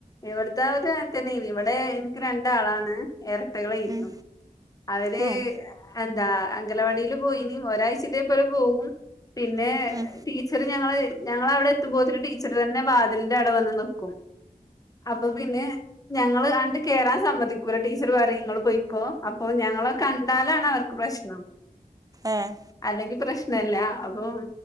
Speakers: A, on the left (about 25°); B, on the right (about 25°).
A: ഇവട്ത്തെ ഓര് അങ്ങത്തന്നേനി ഇവിടെ ഇന്ക്ക് രണ്ടാളാണ് എരട്ടകളേയിരുന്നു
B: ഉം.
A: അവര്
B: ഉം.
A: ഏഹ് എന്താ അംഗലവാടില് പോയിനി ഒരാഴ്ച ഇതെ പോലെ പോകും പിന്നെ
B: ഉം.
A: ടീച്ചർ ഞങ്ങള് ഞങ്ങള് അവിടെ എത്തുമ്പോത്തിന് ടീച്ചർ തന്നെ വാതിലിന്റാടെ വന്ന് നിക്കും അപ്പം പിന്നെ ഞങ്ങള് ആണ്ട് കേറാൻ സമ്മതിക്കൂല ടീച്ചർ പറിയിം നിങ്ങൾ പോയിക്കോ അപ്പോ ഞങ്ങളെ കണ്ടാലാണ് അവർക്ക് പ്രശ്നം
B: ഏഹ്
A: അല്ലെങ്കി പ്രശ്നല്ല അപ്പം